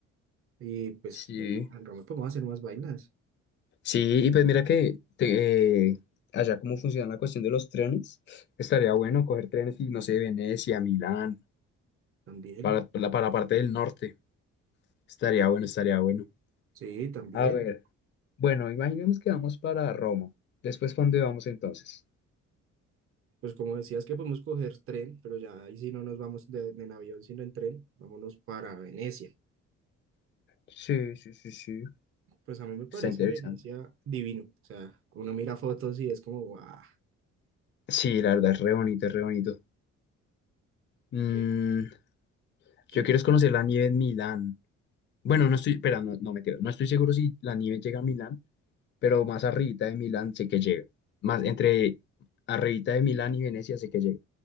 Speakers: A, on the right (about 45°); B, on the left (about 40°).
A: Y pues
B: Sí.
A: en en Roma podemos hacer más vainas
B: Sí, y pues mira que te- eh, allá cómo funciona la cuestión de los trenes. Estaría bueno coger trenes y no sé, Venecia, Milán,
A: también.
B: para, para la para la parte del norte. Estaría bueno, estaría bueno.
A: Sí, también.
B: A ver, bueno, imaginemos que vamos para Roma. Después, ¿para dónde vamos entonces?
A: Pues como decías que podemos coger tren, pero ya ahí sí no nos vamos de, en avión, sino en tren. Vámonos para Venecia.
B: Sí, sí, sí, sí.
A: Pues a mí me parece
B: Está interesante.
A: Venecia divino. O sea, uno mira fotos y es como, guau,
B: Sí, la verdad, es re bonito, es re bonito. Mm,
A: qué chido.
B: yo quiero es conocer la nieve en Milán. Bueno, no estoy, espera, no, no me quedo. No estoy seguro si la nieve llega a Milán, pero más arribita de Milán sé que llega. Más entre arribita de Milán y Venecia sé que llega.